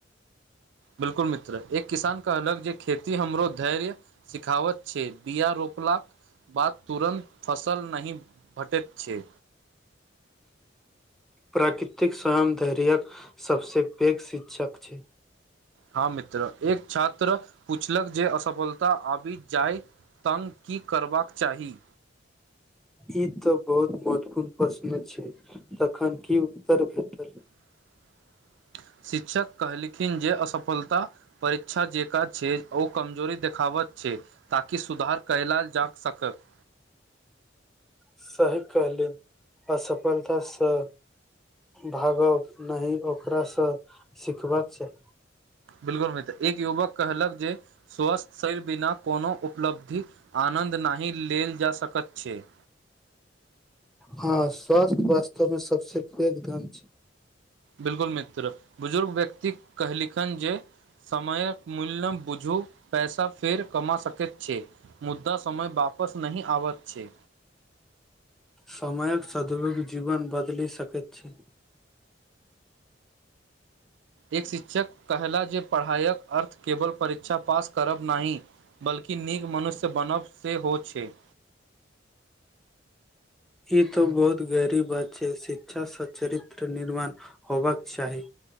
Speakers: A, on the right (about 75°); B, in the centre.
A: बिलकुल मित्र एक किसान कहलक जे खेती हमरो धैर्य सिखावत छैक बिया रोपलाक बाद तुरन्त फसल नहि भटैत छै
B: प्रकी <unintelligible> तिक स्वयं धैर्य्यक सभसे पैघ शिक्षक छै
A: हँ मित्र एक छात्र पूछलक जे असफलता आबि जाय तङ्ग की करबाक चाही
B: ई तऽ बहुत महत्वपूर्ण प्रश्न छैक तखन की उत्तर भेटल
A: <inaudible> <inaudible> शिक्षक कहलखिन जे असफलता परीक्षा जेकाँ छै ओ कमजोरी देखाब छै ताकि सुधार कयल जा सकत
B: सही कहलिन असफलतासँ भागब नहि ओकरासँ सिखबाक चाही
A: बिलकुल मित्र एक युवक कहलक जे स्वस्थ शरीर बिना कोनो उपलब्धि आनन्द नहि लेल जा सकैत छैक
B: हँ स्वास्थ्य वास्तवमे सबसे पैघ धन छैक
A: बिलकुल मित्र बुजुर्ग व्यक्ति कहलिखन जे समयक मूल्यमे बूझू पैसा फेर कमा सकैत छै मुद्दा समय वा पस नहि आबैत छै
B: समयक सदभग जीवन बदलि सकैत छैक
A: एक शिक्षक कहला जे पढ़ायक अर्थ केवल परीक्षा पास करब नहि बल्कि की नीक मनुष्य बनब सेहो छैक
B: ई तऽ बहुत गहरा बात छै शिक्षासँ चरित्र निर्माण होबाक चाही